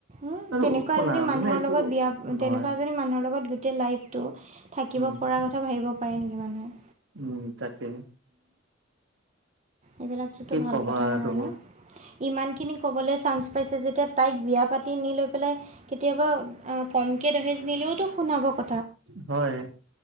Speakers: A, on the right; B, on the right.
A: উম
B: আৰু
A: তেনেকুৱা
B: শুনা
A: এজনী মানুহৰ
B: মানে এইটো
A: লগত বিয়া
B: নহয়
A: তেনেকুৱা এজনী মানুহৰ লগত গোটেই লাইফটো থাকিব
B: উম
A: পৰা কথা ভাবিব পাৰে নেকি মানুহে
B: উম তাকে
A: এইবিলাকতো
B: কি
A: ভাল
B: কবা
A: কথা নহয়
B: আৰু
A: ন ইমানখিনি ক'বলে চান্স পাইছে যেতিয়া তাইক বিয়া পাতি নি লৈ পেলাই কেতিয়াবা কম কে দাহেজ নিলেওতো শুনাব ক
B: হয়